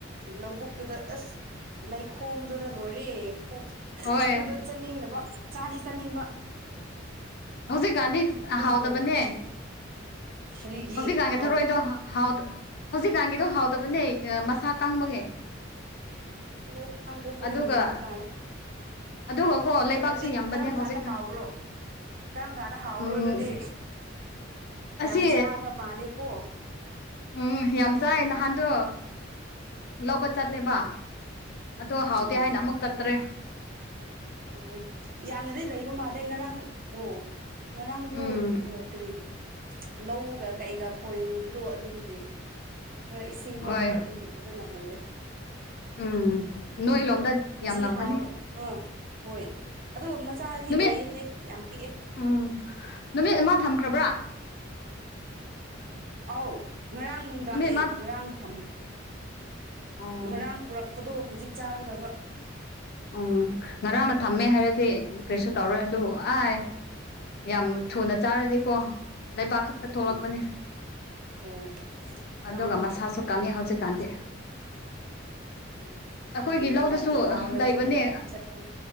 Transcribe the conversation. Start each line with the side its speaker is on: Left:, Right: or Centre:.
Right: ꯂꯧꯕꯨꯛꯇꯨꯗ ꯑꯁ ꯂꯩꯈꯣꯝꯗꯨꯗ ꯂꯣꯏꯔꯦ ꯈꯣꯝ
Left: ꯍꯣꯏ
Right: ꯑꯗꯨꯗ ꯆꯠꯅꯤꯡꯗꯕ ꯆꯥꯗꯤ ꯆꯥꯅꯤꯡꯕ
Left: ꯍꯧꯖꯤꯛꯀꯥꯟꯗꯤ
Right: ꯑꯗꯨ
Left: ꯍꯥꯎꯗꯕꯅꯦ
Right: ꯇꯣꯡꯉꯒ ꯆꯠꯄ ꯀꯔꯤꯒꯤ
Left: ꯍꯧꯖꯤꯛꯀꯥꯟꯒꯤ
Right: ꯍꯥꯎ
Left: ꯊꯔꯣꯏꯗꯣ ꯍꯥꯎ ꯍꯧꯖꯤꯛꯀꯥꯟꯒꯤꯗꯣ ꯍꯥꯎꯗꯕꯅꯦ ꯃꯁꯥ ꯀꯪꯕꯒꯦ
Right: ꯑꯣ ꯈꯪꯒꯦ ꯍꯔꯦꯟꯅꯤꯕꯇꯥꯔꯦ
Left: ꯑꯗꯨꯒ ꯑꯗꯨꯒꯀꯣ ꯂꯩꯕꯥꯛꯁꯨ
Right: ꯑꯗꯨꯗꯤ
Left: ꯌꯥꯝꯕꯅꯦ
Right: ꯀꯔꯝ
Left: ꯍꯧꯖꯤꯛꯀ
Right: ꯀꯥꯟꯗ ꯍꯥꯎꯕ꯭ꯔꯣ ꯀꯔꯝ ꯀꯥꯟꯗ ꯍꯥꯎꯕꯔꯣ
Left: ꯎꯝ
Right: ꯑꯗꯨꯗꯤ
Left: ꯑꯁꯤ
Right: ꯌꯥꯝ ꯆꯥꯕ ꯃꯥꯂꯦꯀꯣ
Left: ꯎꯝ ꯌꯥꯝ ꯆꯥꯏ ꯅꯍꯥꯟꯗꯣ ꯂꯧꯕ ꯆꯠꯂꯦꯕ ꯑꯗꯣ
Right: ꯑꯣ
Left: ꯍꯥꯎꯇꯦ
Right: ꯑꯣ
Left: ꯍꯥꯏꯅ ꯑꯃꯨꯛ ꯆꯠꯗ꯭ꯔꯦ
Right: ꯑꯣ ꯌꯥꯝꯅꯗꯤ ꯂꯩꯕ ꯃꯥꯜꯂꯦ ꯉꯔꯥꯡ ꯑꯣ ꯉꯔꯥꯡꯗꯣ
Left: ꯎꯝ
Right: ꯑꯣ ꯀꯔꯤ ꯂꯧꯒ ꯀꯩꯒ ꯈꯣꯏꯔꯨꯕꯗꯣ ꯑꯗꯨꯗꯨꯒꯤ ꯈꯔ ꯏꯁꯤꯡ
Left: ꯍꯣꯏ
Right: ꯃꯣꯠꯄ ꯑꯗꯨꯒꯤ ꯐꯖꯅ ꯎꯗꯦ
Left: ꯎꯝ ꯅꯣꯏ ꯂꯣꯝꯗ
Right: ꯉꯁꯤ
Left: ꯌꯥꯝ ꯂꯝꯒꯅꯤ
Right: ꯍꯥꯎ ꯑꯥ ꯍꯣꯏ ꯑꯗꯨ ꯃꯆꯥꯗꯤ
Left: ꯅꯨꯃꯤꯠ
Right: ꯑꯣꯏꯑꯦꯍꯦ ꯌꯥꯝ ꯄꯤꯛꯑꯦ
Left: ꯎꯝ ꯅꯨꯃꯤꯠ ꯑꯃ ꯊꯝꯈ꯭ꯔꯕ꯭ꯔꯥ
Right: ꯑꯧ ꯉꯔꯥꯡ ꯅꯨꯡꯗꯥꯡ
Left: ꯅꯨꯃꯤꯠ ꯑꯃ
Right: ꯑꯦ ꯉꯔꯥꯡ ꯊꯝ
Left: ꯑꯣ
Right: ꯉꯔꯥꯡ ꯄꯨꯔꯛ ꯔꯛꯄꯗꯣ ꯍꯧꯖꯤꯛ ꯆꯥꯒꯗꯕ
Left: ꯎꯝ ꯉꯔꯥꯡꯅ ꯊꯝꯃꯦ ꯍꯥꯏꯔꯗꯤ ꯀꯩꯁꯨ ꯇꯧꯔꯣꯏ ꯑꯗꯨꯕꯨ ꯑ ꯌꯥꯝ ꯊꯨꯅ ꯆꯥꯔꯗꯤꯀꯣ ꯂꯩꯕꯥꯛ ꯈꯛꯇ ꯊꯣꯛꯂꯛꯄꯅꯤ
Right: ꯎꯝ ꯑꯣ ꯉꯔꯥꯡ
Left: ꯑꯗꯨꯒ ꯃꯁꯥꯁꯨ
Right: ꯄꯨꯔꯛꯄꯅꯦ
Left: ꯀꯪꯉꯤ ꯍꯧꯖꯤꯛꯀꯥꯟꯗꯤ
Right: ꯑꯗꯨꯝ ꯎꯝ
Left: ꯑꯩꯈꯣꯏꯒꯤ
Right: ꯌꯦꯡꯕ
Left: ꯂꯧꯗꯁꯨ
Right: ꯇꯥꯔꯦ ꯍꯥꯎꯔꯗꯤ
Left: ꯂꯩꯕꯅꯦ
Right: ꯑꯃꯨꯛ ꯆꯠꯀꯅꯤ